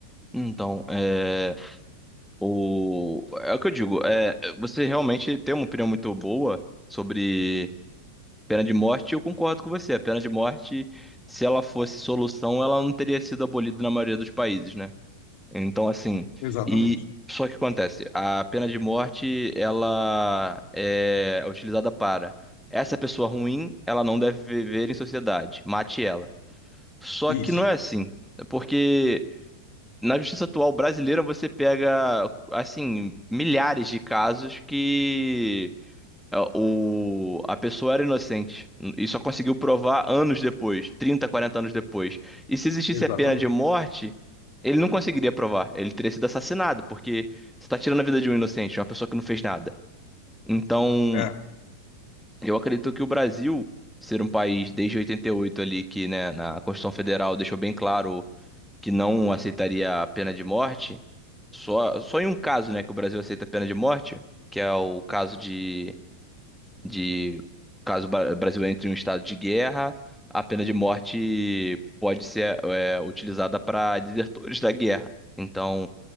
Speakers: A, in the centre; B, on the left.
A: Então, é, o, é o que eu digo, é, você realmente tem uma opinião muito boa sobre pena de morte, e eu concordo com você. A pena de morte, se ela fosse solução, ela não teria sido abolida na maioria dos países, né? Então, assim,
B: Exatamente.
A: e só que acontece, a pena de morte, ela é utilizada para essa pessoa ruim, ela não deve viver em sociedade, mate ela. Só
B: Isso,
A: que não é assim. É Porque na justiça atual brasileira você pega, assim, milhares de casos que ah, o, a pessoa era inocente e só conseguiu provar anos depois, 30 40 anos depois. E se existisse
B: exatamente.
A: a pena de morte, ele não conseguiria provar. Ele teria sido assassinado, porque você está tirando a vida de um inocente, uma pessoa que não fez nada. Então,
B: É.
A: eu acredito que o Brasil. Ser um país desde 88 ali que, né, na Constituição Federal deixou bem claro que não aceitaria a pena de morte, só, só em um caso, né, que o Brasil aceita a pena de morte, que é o caso de de caso o Bra- Brasil entre em um estado de guerra, a pena de morte pode ser é, utilizada para desertores da guerra. Então,